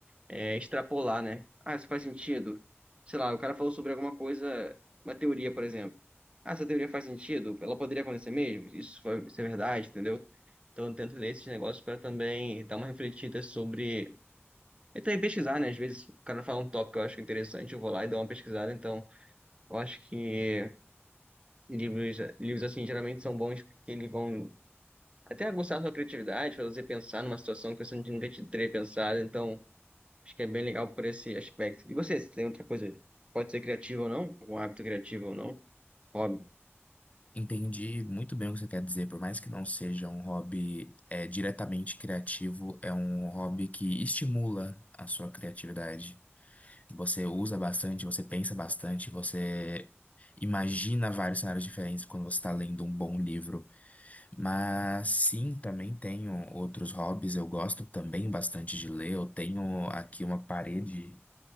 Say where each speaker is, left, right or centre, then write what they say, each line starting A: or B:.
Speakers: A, on the right; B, on the left.
A: é, extrapolar, né? Ah, isso faz sentido. Sei lá, o cara falou sobre alguma coisa, uma teoria, por exemplo. Ah, essa teoria faz sentido? Ela poderia acontecer mesmo? Isso foi, isso é verdade, entendeu? Então, eu tento ler esses negócios para também dar uma refletida sobre. E também pesquisar, né? Às vezes o cara fala um tópico que eu acho interessante, eu vou lá e dou uma pesquisada. Então, eu acho que livros, livros assim, geralmente são bons porque eles vão até aguçar a sua criatividade, fazer você pensar numa situação que você nunca te teria pensado. Então, acho que é bem legal por esse aspecto. E você, você tem outra coisa? Pode ser criativo ou não? Um hábito criativo ou não? Hobby.
B: Entendi muito bem o que você quer dizer. Por mais que não seja um hobby é, diretamente criativo, é um hobby que estimula a sua criatividade. Você usa bastante, você pensa bastante, você imagina vários cenários diferentes quando você está lendo um bom livro. Mas sim, também tenho outros hobbies. Eu gosto também bastante de ler. Eu tenho aqui uma parede.